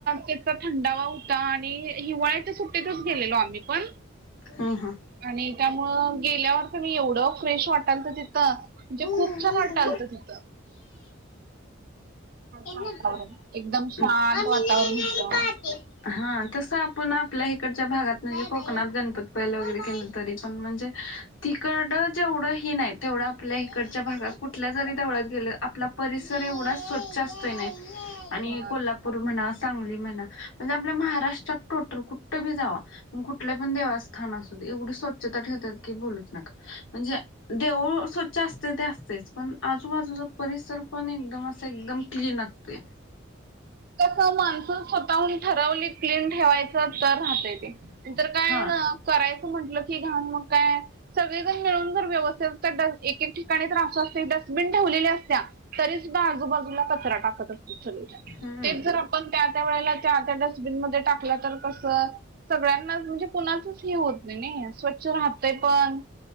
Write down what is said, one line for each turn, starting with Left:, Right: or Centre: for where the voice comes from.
Right: ते थंडावा होता आणि हिवाळ्याच्या सुट्टतच गेलेलो आम्ही पण
Left: हम्म हा.
Right: आणि त्यामुळं गेल्यावर तर मी एवढं फ्रेश वाटाल तर तिथं म्हणजे
Left: हम्म
Right: खूप छान वाट ालत तिथं वातावरण
Left: हम्म.
Right: एकदम शांत
Left: मम्मी
Right: वातावरण
Left: नाही नाही
Right: होतं
Left: खाते. हा तसं आपण आपल्या इकडच्या भागात म्हणजे कोकणात गणपती पायलं वगैरे केलं तरी पण म्हणजे तिकड जेवढं हे नाही तेवढं आपल्या इकडच्या भागात कुठल्या जरी तेवळात गेलं आपलं परिसर एवढा स्वच्छ असतो नाही आणि
Right: होय.
Left: कोल्हापूर म्हणा सांगली म्हणा म्हणजे आपल्या महाराष्ट्रात टोटल कुठं बी जावा मग कुठल्या पण देवास्थानाध एवढी स्वच्छता ठेवतात की बोलूच नका म्हणजे देवळ स्वच्छ असते ते असतेच पण आजूबाजूचा परिसर पण एकदम असं एकदम क्लीन असते
Right: कस मान्सून स्वतःहून ठरवली क्लीन ठेवायचं तर राहतं ते काय
Left: हां
Right: करायचं म्हंटलं की घा मग काय सगळेजण मिळून जर व्यवस्थित एक ठिकाणी तर असस्त डस्टबिन ठेवलेल्या असत्या तरी सुद्धा आजूबाजूला कचरा टाकत असत सग
Left: हम्म
Right: तेच जर आपण त्या त्या वेळेला त्या त्या डस्टबिनमध्येध्ये टाकलं तर कसं सगळ्यांनाच म्हणजे कुणाचच हे होत नाही ना स्वच्छ राहतय पण